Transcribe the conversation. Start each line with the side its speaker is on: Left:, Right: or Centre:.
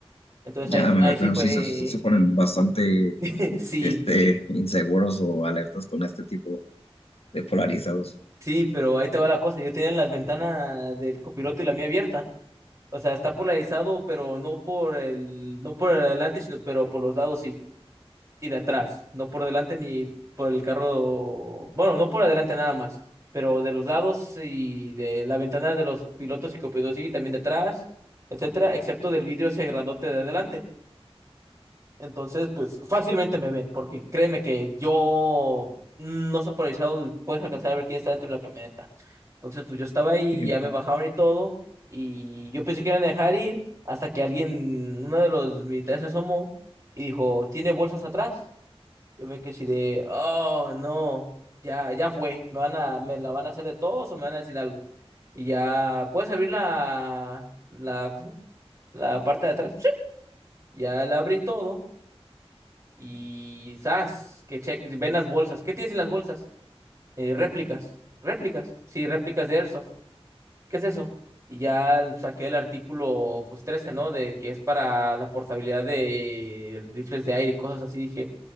Right: Entonces
Left: Ya
Right: ahí,
Left: me
Right: ahí
Left: veo
Right: sí
Left: que no,
Right: fue,
Left: sí, se, se ponen bastante
Right: <laughs> sí,
Left: este, inseguros o alertas con este tipo de polarizados.
Right: sí, pero ahí te va la cosa. Yo tenía las ventanas del copiloto y la mía abierta. O sea, está polarizado, pero no por el, no por el adelante, sino pero por los lados sí. y de atrás, no por delante ni por el carro, bueno, no por adelante nada más, pero de los lados y de la ventana de los pilotos y copilotos y también de atrás, etcétera, excepto del vidrio ese grandote de adelante. Entonces, pues fácilmente me ven, porque créeme que yo no está polarizado, puedes alcanzar a ver quién está dentro de la camioneta. Entonces, pues yo estaba ahí,
Left: Y,
Right: ya
Left: pues,
Right: me bajaron y todo, y yo pensé que iban a dejar ir hasta que alguien, uno de los militares se asomó y dijo, ¿tiene bolsas atrás? Yo me quedé así de, oh, no, ya, ya fue, me van a, me la van a hacer de todos o me van a decir algo. Y ya, ¿puedes abrir la, la, ¿cómo se llama? la parte de atrás? Sí. Ya la abrí todo y ¡zas! Que che- ven las bolsas. ¿Qué tienes en las bolsas? Eh, réplicas. ¿Réplicas? Sí, réplicas de Airsoft. ¿Qué es eso? Y ya saqué el artículo, pues 13 ¿no? De que es para la portabilidad de rifles de aire y cosas así. Dije,